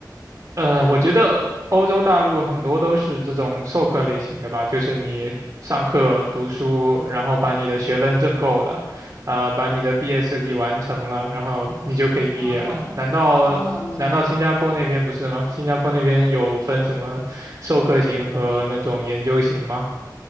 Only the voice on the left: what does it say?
哦哦，
明白。